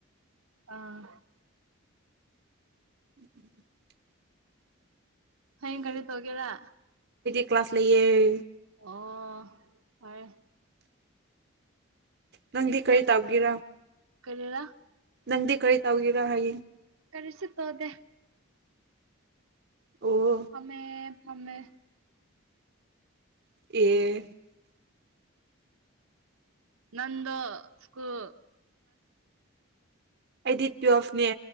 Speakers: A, on the right; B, on the right.
A: ꯑꯥ
B: <inaudible>
A: ꯍꯌꯦꯡ
B: ꯑꯩꯈꯣꯏꯗꯤ
A: ꯀꯩꯅꯣ ꯇꯧꯒꯦꯔ
B: ꯀ꯭ꯂꯥꯁ ꯂꯩꯌꯦ
A: ꯑꯣ ꯐꯔꯦ
B: ꯅꯪꯗꯤ ꯀꯔꯤ ꯇꯧꯎꯒꯦꯔꯥ
A: ꯀꯥꯔꯤꯔꯥ
B: ꯅꯪꯗꯤ ꯀꯔꯤ ꯇꯥꯎꯒꯦꯔ ꯍꯥꯏꯌꯦ
A: ꯀꯔꯤꯁꯨ ꯇꯣꯗꯦ
B: ꯑꯣ
A: ꯐꯝꯃꯦ ꯐꯝꯃꯦ
B: ꯑꯦ
A: ꯅꯪꯗꯣ ꯁ꯭ꯀꯨꯨꯜ
B: ꯑꯦꯗꯤ ꯇꯨꯋꯦꯜꯐꯅꯦ